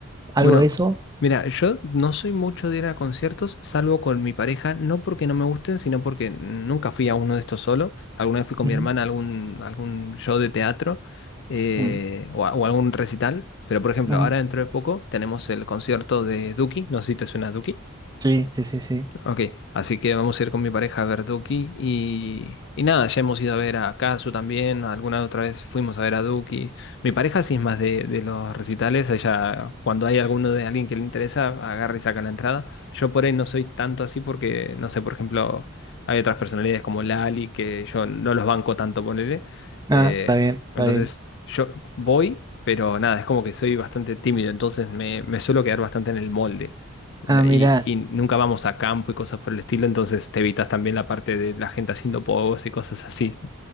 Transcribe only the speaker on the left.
Bueno,
mira, yo no soy mucho de ir a conciertos, salvo con mi pareja, no porque no me gusten, sino porque nunca fui a uno de estos solo. Alguna vez fui con
mi hermana a algún, algún show de teatro eh,
o, a- o algún recital. Pero, por ejemplo,
ahora dentro de poco tenemos el concierto de Duki, no sé si te suena Duki.
Ok, así que vamos a ir con mi pareja a ver Duki y, y nada, ya hemos ido a ver a Kazu también, alguna otra vez fuimos a ver a Duki. Mi pareja sí es más de, de los recitales, ella cuando hay alguno de alguien que le interesa, agarra y saca la entrada. Yo por ahí no soy tanto así porque, no sé, por ejemplo, hay otras personalidades como Lali que yo no los banco tanto, ponele. Eh,
entonces
yo voy, pero nada, es como que soy bastante tímido, entonces me, me suelo quedar bastante en el molde. Y,
y nunca vamos a campo y cosas por el estilo, entonces te evitas también la parte de la gente haciendo pogos y cosas así.